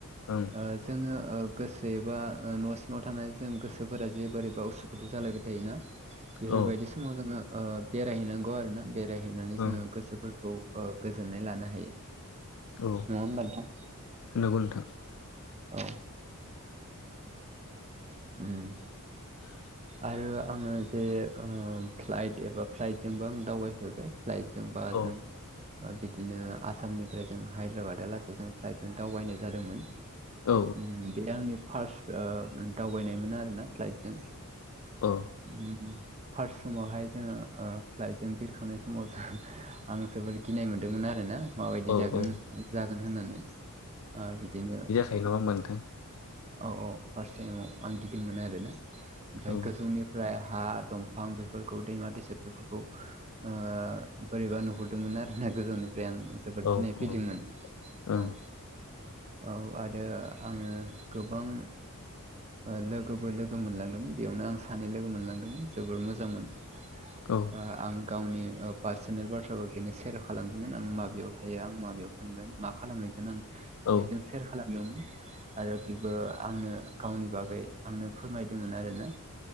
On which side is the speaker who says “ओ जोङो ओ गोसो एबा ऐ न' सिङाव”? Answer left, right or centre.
Right